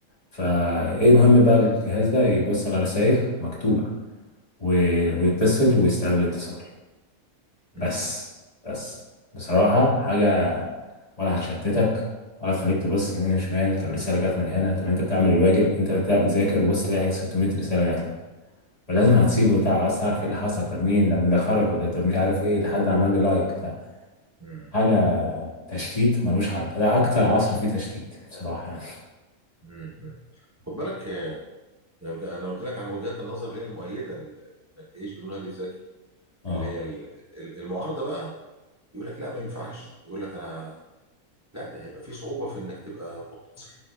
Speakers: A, on the left; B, on the right.
A: فايه مهم بقى الجهاز ده يبص على رسائل مكتوبة و-
B: مم،
A: ويتصل ويستقبل اتصال
B: مم،
A: بس بس بصراحة حاجة ولا هتشتتك ولا هتخليك تبص يمين وشمال طب رسالة جت من هنا طب انت بتعمل الواجب انت انت بتذاكر وبص تلاقي 600 رسالة جات لك فلازم هتسيبه
B: مم،
A: وتع- عايز تعرف ايه اللي حصل طب مين ده مين ده خرج وده طب مش عارف ايه ده حد عمل لي لايك ده
B: مم،
A: حاجة تشتيت ملوش حل ده أكتر عصر فيه تشتيت بصراحة يعني
B: مم، مم. خد بالك آه، يعني انا قلت لك عن وجهات النظر اللي هي المؤيده لل... انك تعيش بدون هاتف ذكي
A: اه
B: اللي هي ال- ال- المعارضه بقى يقول لك لا ما ينفعش يقول لك انا لا ده هيبقى فيه صعوبة في انك تبقى متصل